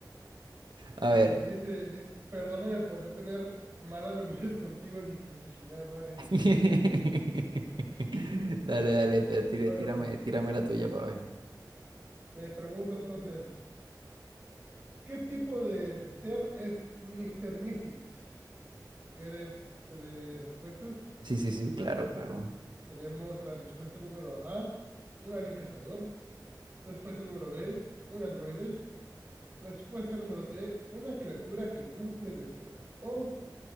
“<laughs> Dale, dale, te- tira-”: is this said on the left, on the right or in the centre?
Right